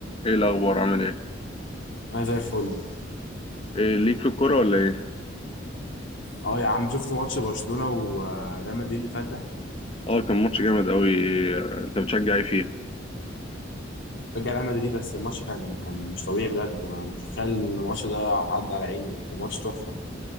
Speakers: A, on the left; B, on the left.
A: ايه الاخبار عامل ايه
B: انا زي الفل
A: إيه ليك في الكوره ولا ايه
B: اه يا عم شفت ماتش برشلونه وريال مدريد اللي فات ده
A: اه كان ماتش جامد قوي انت بتشجع ايه فيه
B: رجع ريال مدريد بس الماتش كان كان مش طبيعي بجد انا مش متخيل ان الماتش ده عدى على عيني كان ماتش تحفه